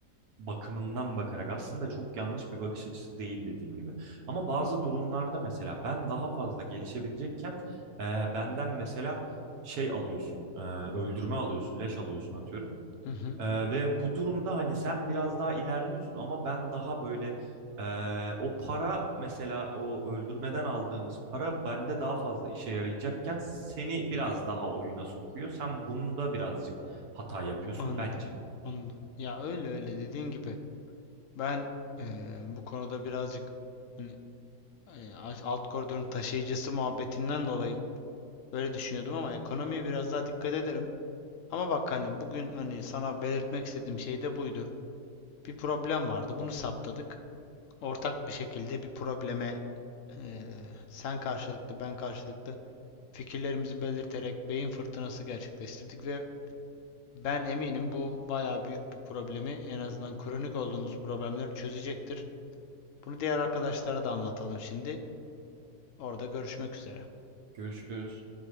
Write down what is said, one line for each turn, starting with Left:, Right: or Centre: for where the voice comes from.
Right: bakımından bakarak aslında çok yanlış bir bakış açısı değil dediğim gibi. Ama bazı durumlarda mesela ben daha fazla gelişebilecekken ee, benden mesela şey alıyorsun, ee, öldürme alıyorsun, leş alıyorsun atıyorum.
Left: Hı hı,
Right: Ee, ve bu durumda hani sen biraz daha ilerliyorsun ama ben daha böyle ee, o para mesela o öldürmeden aldığımız para bende daha fazla işe yarayacakken seni biraz daha oyuna sokuyor. Sen bunda birazcık hata yapıyorsun
Left: anladım.
Right: bence.
Left: Anladım. Ya öyle öyle dediğin gibi. Ben eee, bu konuda birazcık hani, eee, alt alt koridorun taşıyıcısı muhabbetinden dolayı böyle düşünüyordum ama ekonomiye biraz daha dikkat ederim. Ama bak hani bugün hani sana belirtmek istediğim şey de buydu. Bir problem vardı. Bunu saptadık. ortak bir şekilde bir probleme eee, sen karşılıklı ben karşılıklı fikirlerimizi belirterek beyin fırtınası gerçekleştirdik ve ben eminim bu bayağı büyük bir problemi en azından kronik olduğumuz problemleri çözecektir. Bunu diğer arkadaşlara da anlatalım şimdi. Orada görüşmek üzere.
Right: Görüşürüz.